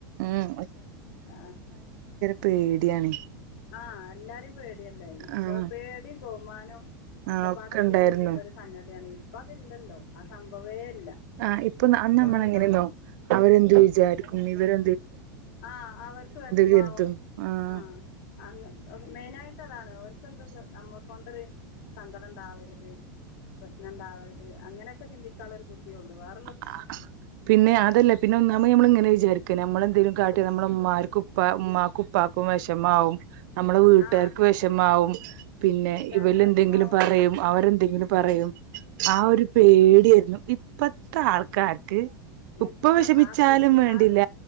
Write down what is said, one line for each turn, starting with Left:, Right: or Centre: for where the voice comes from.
Right: ഉം
Left: ആ
Right: പേടിയണേ
Left: ആഹ എല്ലാരും പേടിയല്ലേ ഇപ്പൊ
Right: ആഹ്
Left: ബഹുമാനൊന്നും
Right: ആഹ്
Left: ഒക്കപ്പാട
Right: ഒക്കെ
Left: കൂടിയിട്ടുള്ളൊ
Right: ഉണ്ടായിരുന്നു
Left: ഒരു സംഗതിയാണ് ഇപ്പൊ അതില്ലല്ലോ ആ സംഭവേ ഇല്ല.
Right: ആ ഇപ്പൊ അന്നമ്മള
Left: സ്വന്തം
Right: എങ്ങനെയെന്നോ അവരെന്ത് വിച ആരിക്കും ഇവരെ
Left: ആ അവർക്ക് വിഷമാവും
Right: കരുതും ആഹ്
Left: ആ മെയിനായിട്ട് താണ് അവർക്ക് എന്ത നമ്മക്ക കൊണ്ടരു സങ്കടം ഉണ്ടാവരുത് പ്രശ്നം ഉണ്ടാവരുത് അങ്ങനെയൊക്കെ ചിന്തിക്കുള്ള ഒരു ബുദ്ധിയള്ളു വേറെ
Right: ആ പിന്നെ അതല്ല പിന്നെ <unintelligible> നമ്മൾ ഇങ്ങനെ ചേർക്ക നമ്മളെന്തെങ്കിലും കാട്ടിയ നമ്മള ഉമമാർക്ക് ഉപ്പ ഉമമാക്ക് ഉപ്പാക്കും വിഷമാവും നമ്മളെ വീട്ടുകാർക്ക്
Left: ആ അതന്നെ
Right: വിഷമാവും പിന്നെ
Left: വീട്ടുകാർക്ക്
Right: ഇവല
Left: വിഷമാവും
Right: എന്തെങ്കിലും പറയും അവരെന്തെങ്കിലും പറയും ആ ഒരു പേടായിരുന്നു ഇപ്പത്തെ ആൾക്കാർക്ക് ഉപ്പ
Left: ഇപ്പ
Right: വിഷമിച്ചാലും
Left: അതി
Right: വേണ്ടില്ല
Left: അത്